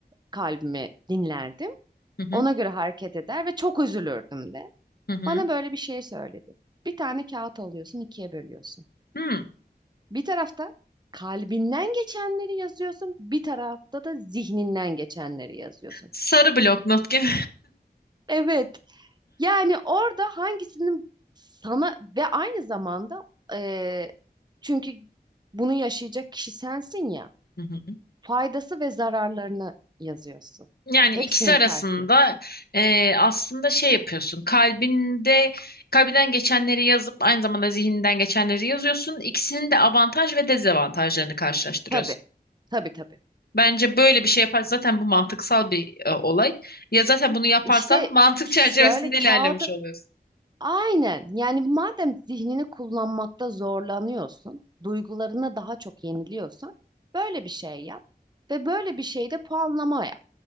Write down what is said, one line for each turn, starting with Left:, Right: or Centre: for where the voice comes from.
Right: kalbimi dinlerdim.
Left: hı hı,
Right: Ona göre hareket eder ve çok üzülürdüm de.
Left: hı hı.
Right: Bana böyle bir şey söyledi. Bir tane kağıt alıyorsun, ikiye bölüyorsun.
Left: Hmm,
Right: Bir tarafta kalbinden geçenleri yazıyorsun, bir tarafta da zihninden geçenleri yazıyorsun.
Left: sarı blok not gibi.
Right: Evet, yani orada hangisinin sana ve aynı zamanda eee, çünkü bunu yaşayacak kişi sensin ya,
Left: <laughs>
Right: faydası ve zararlarını yazıyorsun.
Left: Yani
Right: Hepsinin
Left: ikisi arasında
Right: karşısına.
Left: eee, aslında şey yapıyorsun. Kalbinde kalbinden geçenleri yazıp aynı zamanda zihninden geçenleri yazıyorsun. İkisinin de avantaj ve dezavantajlarını karşılaştırıyorsun.
Right: Tabii, tabii tabii.
Left: Bence böyle bir şey yapar zaten bu mantıksal bir e, olay. Ya zaten bunu yaparsan
Right: İşte
Left: mantık
Right: şöyle
Left: <laughs> çerçevesinde
Right: kağıdı
Left: ilerlemiş oluyorsun.
Right: Aynen. Yani madem zihnini kullanmakta zorlanıyorsun, duygularına daha çok yeniliyorsan, böyle bir şey yap ve böyle bir şeyde puanlama yap.